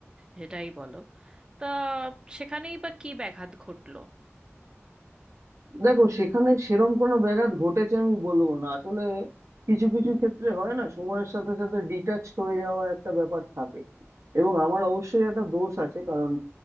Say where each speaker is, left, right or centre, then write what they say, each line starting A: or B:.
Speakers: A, on the right; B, on the right.
A: সেটাই বলো তা সেখানেই বা কি ব্যাঘাত ঘটলো
B: দেখো সেখানে সেরম কোনো ব্যাঘাত ঘটেছে আমি বলবো না আসলে কিছু কিছু ক্ষেত্রে হয় না সময়ের সাথে সাথে ডিটাচড হয়ে যাওয়া একটা ব্যাপার থাকে এবং আমার অবশ্যই একটা দোষ আছে কারণ